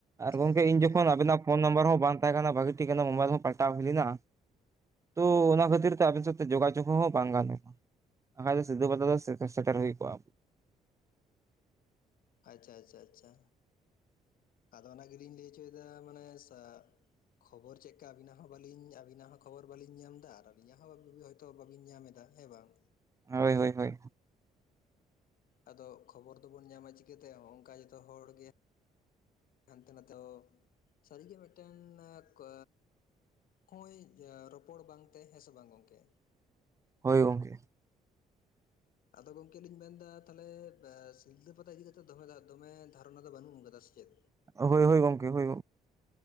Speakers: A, on the right; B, on the left.
A: ᱟᱨ ᱜᱚᱝᱠᱮ
B: ᱟᱪᱪᱷᱟ
A: ᱤᱱ
B: ᱟᱪᱪᱷᱟ
A: ᱡᱚᱠᱷᱚᱱ
B: ᱟᱪᱪᱷᱟ
A: ᱟᱵᱮᱱᱟᱜ ᱯᱷᱳᱱ ᱱᱟᱢᱵᱟᱨ ᱦᱚᱸ ᱵᱟᱝ ᱛᱟᱦᱮᱸ ᱠᱟᱱᱟ ᱵᱷᱟᱹᱜᱤ ᱴᱷᱤᱠ ᱚᱱᱟ ᱢᱳᱵᱟᱭᱤᱞ ᱦᱚᱸ ᱯᱟᱞᱴᱟᱣ ᱦᱩᱭ ᱞᱮᱱᱟ᱾ ᱛᱚ ᱚᱱᱟ ᱠᱷᱟᱹᱛᱤᱨ ᱛᱮ ᱟᱵᱤᱱ ᱥᱟᱶᱛᱮ ᱡᱳᱜᱟᱡᱳᱜᱽ ᱦᱚᱸ ᱵᱟᱝ ᱜᱟᱱ ᱞᱮᱱᱟ᱾ ᱟᱠᱷᱟᱡ ᱫᱚ ᱥᱤᱞᱫᱟᱹ ᱯᱟᱛᱟ ᱫᱚ ᱥᱮᱠ ᱥᱮᱴᱮᱨ ᱦᱩᱭ ᱠᱚᱜᱼᱟ᱾
B: ᱟᱪᱷᱟ ᱟᱪᱷᱟ ᱟᱪᱷᱟ ᱟᱫᱚ ᱚᱱᱟ ᱜᱮᱞᱤᱧ ᱞᱟᱹᱭ ᱦᱚᱪᱚᱭᱫᱟ ᱢᱟᱱᱮ ᱥᱟ ᱠᱷᱚᱵᱚᱨ ᱪᱮᱜᱠᱟ ᱟᱹᱵᱤᱱᱟᱜ ᱦᱚᱸ ᱵᱟᱞᱤᱧ ᱟᱹᱵᱤᱱᱟᱜ ᱦᱚᱸ ᱠᱷᱚᱵᱚᱨ ᱵᱟᱟᱹᱞᱤᱧ ᱧᱟᱢᱫᱟ᱾ ᱟᱨ ᱟᱹᱞᱤᱧᱟᱜ ᱦᱚᱸ <unintelligible> ᱛᱚ ᱵᱟᱹᱵᱤᱱ ᱧᱟᱢ ᱮᱫᱟ ᱦᱮᱸ ᱵᱟᱝ?
A: ᱦᱚᱭ ᱦᱚᱭ ᱦᱟᱭ ᱾
B: ᱟᱫᱚ ᱠᱷᱚᱵᱚᱨ ᱫᱚᱵᱚᱱ ᱧᱟᱢᱟ ᱪᱤᱠᱟᱹᱛᱮ ᱚᱦᱚᱝᱠᱟ ᱡᱚᱛᱚ ᱦᱚᱲ ᱜᱮ ᱦᱟᱱᱛᱮ ᱱᱟᱛᱮ ᱦᱚᱸ ᱥᱟᱹᱨᱤᱜᱮ ᱢᱤᱫᱴᱮᱝ ᱮᱸ ᱠᱚ ᱦᱚᱜᱼᱚᱭ ᱨᱚᱯᱚᱲ ᱵᱟᱝ ᱛᱮ᱾ ᱦᱮᱸ ᱥᱮ ᱵᱟᱝ ᱜᱚᱝᱠᱮ?
A: ᱦᱳᱭ ᱜᱚᱝᱠᱮ᱾
B: ᱟᱫᱚ ᱜᱚᱝᱠᱮ ᱞᱤᱧ ᱢᱮᱱᱫᱟ ᱛᱟᱦᱮᱞᱮ ᱵᱮ ᱥᱤᱞᱫᱟᱹ ᱯᱟᱛᱟ ᱤᱫᱤ ᱠᱟᱛᱮᱜ ᱫᱚᱢᱮ ᱫᱷᱟ ᱫᱚᱢᱮ ᱫᱷᱟᱨᱚᱱᱟ ᱫᱚ ᱵᱟᱹᱱᱩᱜ ᱠᱟᱫᱟ ᱥᱮ ᱪᱮᱫ?
A: ᱦᱳᱭ ᱦᱳᱭ ᱜᱚᱝᱠᱮ ᱦᱳᱭ